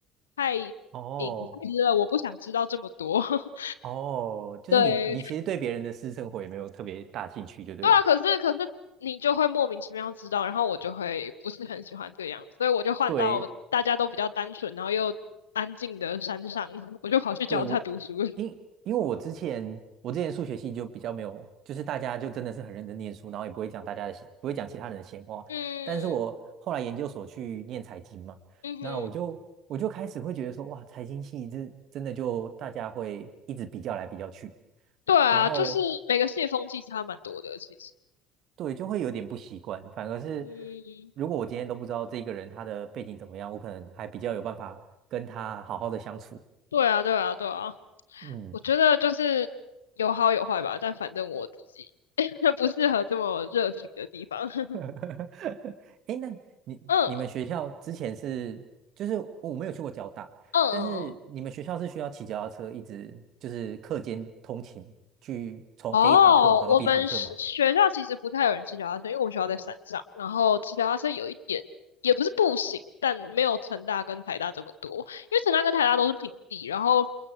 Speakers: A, on the left; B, on the right.
A: 太隐私了，
B: 哦
A: 我不想知道这么多，<laughs>
B: 哦，就是你，
A: 对。
B: 你其实对别人的私生活也没有特别大兴趣，就对了。
A: 对啊，可是可是你就会莫名其妙知道，然后我就会不是很喜欢这个样子，所以我就换到大家都比较单纯，
B: 对，
A: 然后又安静的山上，我就跑去教他读书了
B: 对，我，因因为我之前我之前数学系就比较没有，就是大家就真的是很认真念书，然后也不会讲大家的闲，不会讲其他人的闲话。
A: 嗯
B: 但是我后来研究所去念财经嘛，
A: 嗯哼，
B: 那我就我就开始会觉得说，哇，财经系这真的就大家会一直比较来比较去，
A: 对啊，
B: 然后
A: 就是每个系的风气差蛮多的，其实。
B: 对，就会有点不习惯。反而是
A: 嗯，
B: 如果我今天都不知道这个人他的背景怎么样，我可能还比较有办法跟他好好的相处。
A: 对啊对啊对啊，
B: 嗯，
A: 我觉得就是有好有坏吧，但反正我自己 <laughs> 不适合这么热情的地方。<laughs>
B: <laughs> 哎那你你们学校之前是就是我没有去过交大，
A: 嗯嗯嗯嗯。
B: 但是你们学校是需要骑脚踏车一直就是课间通勤去从
A: 哦，
B: A 堂课跑到
A: 我们是学校其实不太有人骑脚踏车，
B: B 堂课吗？
A: 因为我们学校在山上，然后骑脚踏车有一点也不是不行，但没有成大跟台大这么多，因为成大跟台大都是平地，然后